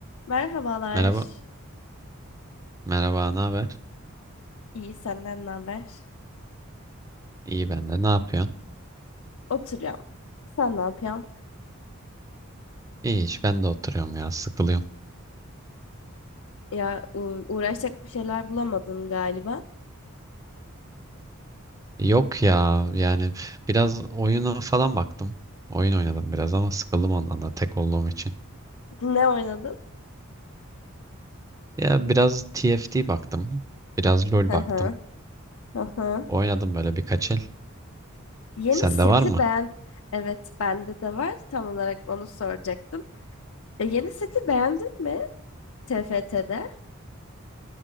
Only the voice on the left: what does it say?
Merhabalar.
İyi senden ne haber?
Oturuyorum. Sen ne yapıyorsun?
Ya u- uğraşacak bir şeyler bulamadın galiba.
Ne oynadın?
Hı
hı. Hı hı.
Yeni
seti
beğen. Evet, bende de var. Tam olarak onu soracaktım. E, yeni seti beğendin mi T F TFT'de?